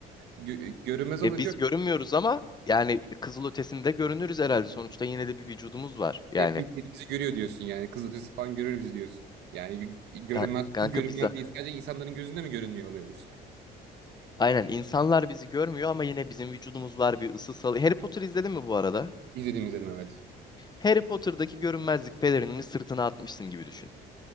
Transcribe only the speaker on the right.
Gö- görünmez
olunca
e, birileri bizi görüyor diyorsun yani. Kız ötesi falan görür bizi diyorsun. Yani gö- görünmez,
full görünmez
değil. Sadece insanların gözünde mi görünmüyor oluyoruz?
İzlediğim izledim evet.